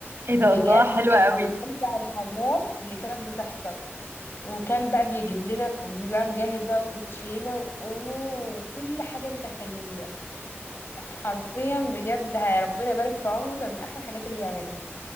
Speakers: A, on the right; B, on the left.
A: ايه ده
B: بجد
A: الله حلوة
B: كانت
A: قوي
B: من امتع الحاجات اللي كانت بتحصل وكان بقى بيجيب لنا بيبقى مجهز بقى كوتشينه واونو وكل حاجه تتخيليها حرفيا بجد ربنا يبارك في عمره كان من احلى الحاجات اللي بيعملها